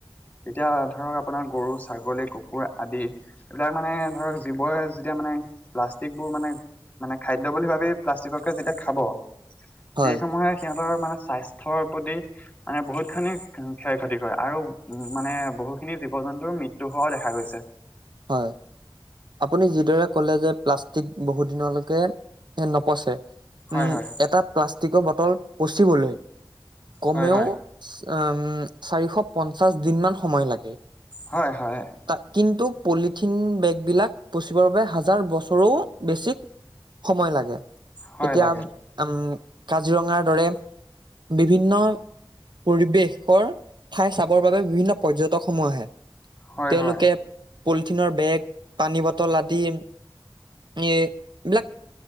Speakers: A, on the left; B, on the right.
A: এতিয়া ধৰক আপোনাৰ গৰু, ছাগলী, কুকুৰ আদি, এইবিলাক মানে ধৰ জীৱই এতিয়া মানে, প্লাষ্টিকবোৰ মানে মানে খাদ্য বুলি ভাবি প্লাষ্টিককে যেতিয়া খাব,
B: হয়
A: সেই সময়ে সিহ <unintelligible> মানে স্বাস্থ্যৰ প্ৰতি, মানে বহুতখিনি ক্ষয় ক্ষতি কৰে আৰু, উম, মানে বহুত খিনি জীৱ-জন্তুৰ মৃত্যু হোৱাও দেখা গৈছে।
B: হয়, আপুনি যিদৰে কলে যে প্লাষ্টিক বহুত দিনলৈকে, এ নপচে।
A: হয়
B: উম,
A: হয়
B: এটা প্লাষ্টিকৰ বটল পচিবলৈ, কমেও
A: হয় হয়
B: আম চাৰিশ পঞ্চাছ দিনমান সময় লাগে।
A: হয়, হয়,
B: তাত কিন্তু পলিথিন বেগবিলাক, পচিবৰ বাবে হাজাৰ বছৰো, বেছি, সময় লাগে।
A: হয়
B: এতিয়া
A: লাগে
B: উম, আম কাজিৰঙাৰ দৰে বিভিন্ন পৰিৱেশৰ, ঠাই চাবৰ বাবে বিভিন্ন পৰ্যটক সমূহ আহে।
A: হয়
B: তেওঁলোকে
A: হয়
B: পলিথিনৰ বেগ, পানী বটল আদি, এ এইবিলাক